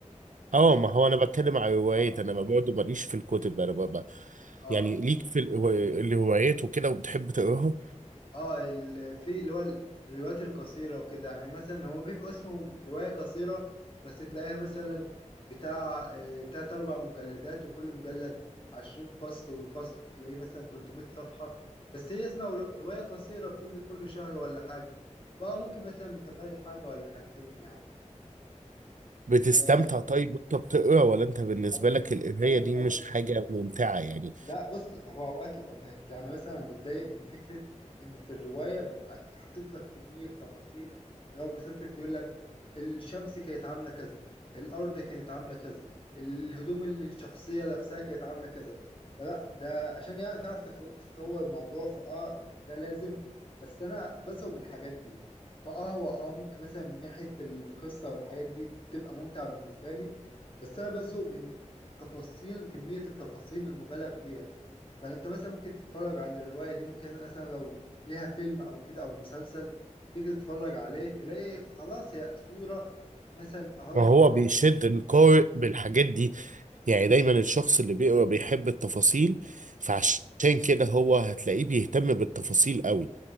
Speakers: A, on the right; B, on the left.
A: اه
B: روايات،
A: ما هو انا بتكلم على الروايات
B: آه
A: انا ما برضه ماليش في الكتب انا ببقى
B: آه
A: يعني ليك في القوا- الروايات وكده وبتحب تقراها
B: اه ال- في اللي هو ال- الروايات القصيرة وكده يعني مثلا هو بيبقى اسمه رواية قصيرة بس تلاقيها مثلا بتاع آه، تلات أربع مجلدات وكل مجلد عشرين فصل والفصل بتلاقيه مثلا تلتمية صفحة بس هي اسمها رو- رواية قصيرة بتنزل كل شهر ولا حاجة فممكن مثلا متابع لي حاجة ولا حاجتين يعني
A: بتستمتع
B: آه،
A: طيب وانت بتقرا ولا انت بالنسبه
B: أو
A: لك القرايه
B: أو
A: دي مش
B: أو
A: حاجه ممتعه يعني
B: لا بص هو اوقات واوقات يعني مثلا أنا بتضايق من فكره ان في الروايه بيبقى ك- حاطط لك كميه تفاصيل لو بيوصف لك يقول لك الشمس كانت عامله كذا الارض كانت عامله كذا الهدوم اللي الشخصيه لابساها كانت عامله كذا فلا ده عشان يعني تعرف تتو- تتصور الموضوع فاه د- ده لازم بس انا بزهق من الحاجات دي فاه هو اه ممكن مثلا من ناحيه القصه والحاجات دي بتبقى ممتع بالنسبه لي بس انا بزهق من التفاصيل كمية التفاصيل المبالغ بيها فانت مثلا ممكن تتفرج عن الرواية دي ممكن مثلا لو ليها فيلم او كده او مسلسل تيجي تتفرج عليه تلاقي خلاص هي صورة ومثلا اهو ال-
A: ما هو بيشد القارئ بالحاجات دي يعني دايما الشخص اللي بيقرا بيحب التفاصيل فعشان كده هو هتلاقيه بيهتم بالتفاصيل قوي